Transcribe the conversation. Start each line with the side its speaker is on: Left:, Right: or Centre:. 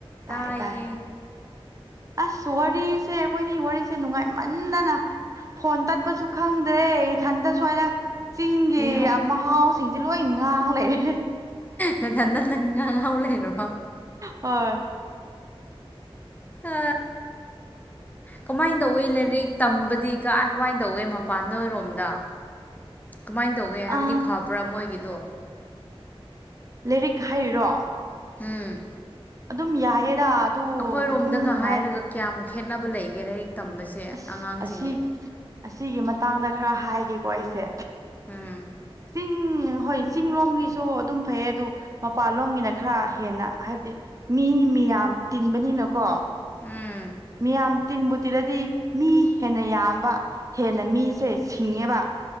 Right: ꯇꯥꯏ
Left: ꯇꯌꯦ
Right: ꯇꯥꯏ ꯑꯁ ꯋꯥꯔꯤꯁꯦ ꯑꯩꯈꯣꯏꯅꯤ ꯋꯥꯔꯤꯁꯦ ꯅꯨꯡꯉꯥꯏꯃꯟꯗꯅ ꯐꯣꯟ ꯇꯠꯄꯁꯨ ꯈꯪꯗ꯭ꯔꯦ ꯏꯊꯟꯇ ꯁ꯭ꯋꯥꯏꯗ ꯆꯤꯡꯒꯤ
Left: ꯂꯩꯍꯧ
Right: ꯃꯍꯥꯎꯁꯤꯡꯁꯦ ꯂꯣꯏ ꯉꯥꯡ ꯂꯩꯔꯦ
Left: ꯅꯗ ꯅ ꯅꯪ ꯉ ꯉꯍꯥꯎ ꯂꯩꯔꯣ
Right: ꯍ
Left: ꯑ ꯀꯃꯥꯏꯅ ꯇꯧꯏ ꯂꯥꯏꯔꯤꯛ ꯇꯝꯕꯗꯤ ꯀꯥꯏ ꯀꯃꯥꯏꯅ ꯇꯧꯏ ꯃꯄꯥꯟꯔꯣꯝꯗ ꯀꯃꯥꯏꯅ ꯇꯧꯒꯦ ꯍꯥꯏꯕꯗꯤ
Right: ꯑꯥ
Left: ꯐꯕ꯭ꯔꯥ ꯃꯣꯏꯒꯤꯗꯣ
Right: ꯂꯥꯏꯔꯤꯛ ꯍꯥꯏꯔꯤꯔꯣ
Left: ꯎꯝ
Right: ꯑꯗꯨꯝ ꯌꯥꯏꯌꯦꯗ ꯑꯗꯨ
Left: ꯑꯩꯈꯣꯏꯔꯣꯝꯗꯒ
Right: ꯑꯗꯨꯝ ꯅꯨꯡꯉꯥꯏ
Left: ꯍꯥꯏꯔꯒ ꯀꯌꯥꯝ ꯈꯦꯠꯅꯕ ꯂꯩꯒꯦ ꯂꯥꯏꯔꯤꯛ ꯇꯝꯕꯁꯦ
Right: ꯑꯁ
Left: ꯑꯉꯥꯡꯁꯤꯡꯒꯤ
Right: ꯑꯁꯤꯒꯤ ꯑꯁꯤꯒꯤ ꯃꯇꯥꯡꯗ ꯈꯔ ꯍꯥꯏꯒꯦꯀꯣ ꯑꯩꯁꯦ
Left: ꯎꯝ
Right: ꯇꯤꯡ ꯍꯣꯏ ꯆꯤꯡ ꯂꯣꯝꯒꯤꯁꯨ ꯑꯗꯨꯝ ꯐꯩꯌꯦ ꯑꯗꯨ ꯃꯄꯥꯟ ꯂꯣꯝꯒꯤꯅ ꯈꯔ ꯍꯦꯟꯅ ꯍꯥꯏꯕꯗꯤ ꯃꯤ ꯃꯤꯌꯥꯝ ꯇꯤꯟꯕꯅꯤꯅꯀꯣ
Left: ꯎꯝ
Right: ꯃꯤꯌꯥꯝ ꯇꯤꯟꯕꯨ ꯇꯤꯜꯂꯗꯤ ꯃꯤ ꯍꯦꯟꯅ ꯌꯥꯝꯕ ꯍꯦꯟꯅ ꯃꯤꯁꯦ ꯁꯤꯡꯉꯦꯕ